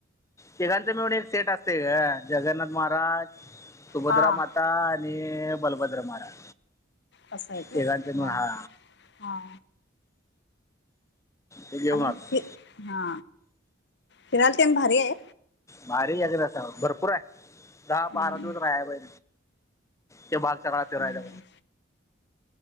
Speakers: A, on the left (about 15°); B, on the left (about 65°).
A: तेिघांच मिळून एक सेट असते ग जगन्नाथ महाराज सुभद्रा
B: हा
A: माता आणि बलभद्र महाराज
B: अससं आहेच ह
A: तिघांचं मिळून हा
B: हा
A: ते घेऊन
B: आणिि
A: आलो
B: हा फिराल ते भारी आहे
A: माारी याक भरपूर आहे दहा
B: हम्म,
A: बारा दिवस राहा बहि ते बागचालाात
B: हा.
A: रायबा